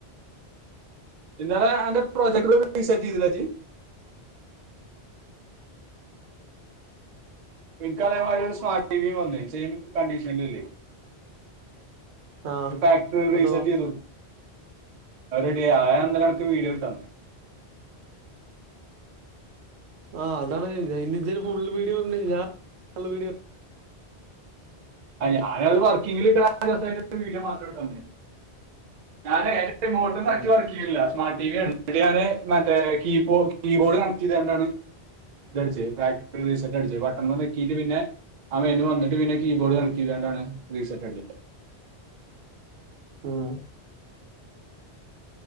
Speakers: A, on the right (about 55°); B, on the right (about 80°).
A: ഇന്നലെ അയിന്റെ പ്രോജക്ട് റീസെറ്റ് ചെയ്തില്ലേ ഏച്ചി പികാലേമാതിരി ഒരു സ്മാർട്ട് ടിവിയും വന്നേ സെയിം കണ്ടീഷനനില്ലേ
B: ആഹ്
A: ഫാക്ടറി
B: എന്നിട്ടോ
A: റീസെറ്റ് ചെയ്തു അവടെ ആഹ് എന്തലടക്ക് വീഡിയോ എടുക്ക് ആണ്
B: ആഹ് അതാണ് <unintelligible> ഫുള്ള് വീഡിയോ ഞാൻ ഉള്ള വീഡിയോ
A: ആ ഞാനത് വർക്കിങ്ങിലിട്ട വീഡിയോ മാത്രം എടുക്കാം ഞാനേ <unintelligible> മോട്ടറി
B: ആഹ്
A: വർക്ക്‌ ചെയ്യണില്ല സ്മാർട്ട് ടി വി ഞാന് മറ്റേ കീബോ കീബോർഡ് കണക്ട് ചെയ്തോണ്ടാണ് ഇതടിച്ചേ ബാക്ക് റീസെറ്റ് അടിച്ച് ബട്ടണേ ഞെക്കിയിട്ട് പിന്നെ ആ മെനു വന്നി പിന്നെ ഈ ബോർഡ്
B: ഉം
A: കണക്റ്റ് ചെയ്തോണ്ടാണ് റീസെറ്റ് അടിച്ചത്
B: ഉം